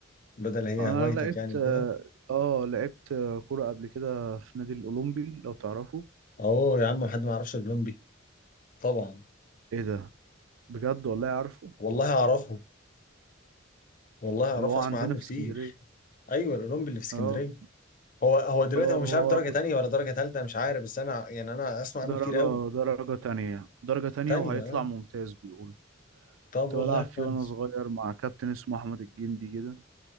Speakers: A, on the left; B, on the right.
A: بدل هي
B: انا
A: هوايتك
B: لعبت
A: يعني كده
B: اه لعبت كرة قبل كده في نادي الاولمبي لو تعرفه
A: اهو يا عم حد ما يعرفش الأولمبي طبعا
B: ايه ده بجد والله عارفه
A: والله اعرفه والله اعرفه
B: اللي هو عندنا
A: اسمع عنه
B: في
A: كتير
B: اسكندرية
A: ايوه الأولمبي اللي في اسكندرية
B: اه
A: هو هو دلوقتي
B: اه
A: هو مش
B: هو
A: عارف درجة
B: كنت
A: تانية ولا درجة تالتة مش عارف بس انا يعني انا اسمع عنه
B: درجة
A: كتير قوي
B: درجة تانية درجة تانية
A: تانية
B: وهيطلع
A: اه
B: ممتاز بيقول
A: طب
B: كنت
A: والله
B: بلعب فيه
A: كويس
B: وانا صغير مع كابتن اسمه احمد الجندي كده